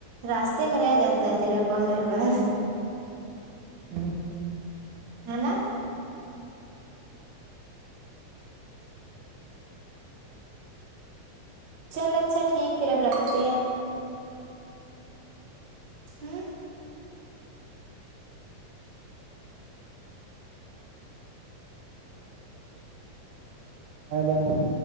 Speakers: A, on the right; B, on the right.
A: راستے میں رہ جاتا ہے تیرا کون ہر بار
B: ہوں
A: ہے نا
B: ایسا نہیں
A: چل اچھا ٹھیک پھر اب رکھتے ہیں ہی
B: ادا